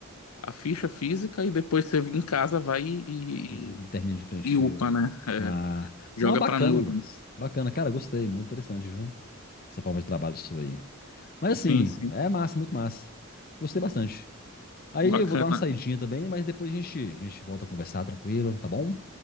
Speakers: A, on the left; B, on the left.
A: a ficha física e depois você em casa vai e,
B: E,
A: e,
B: termino de preencher.
A: e upa,
B: o-
A: né? É,
B: Ah,
A: joga
B: não, é bacana,
A: pra nuvem.
B: Lucas. Bacana, cara, gostei. Muito interessante, viu? Essa forma de trabalho sua aí. Mas assim,
A: Sim, sim.
B: é massa, muito massa. Gostei bastante. Aí
A: Bacana.
B: eu vou dar uma saidinha também, mas depois a gente, a gente volta a conversar tranquilo, tá bom?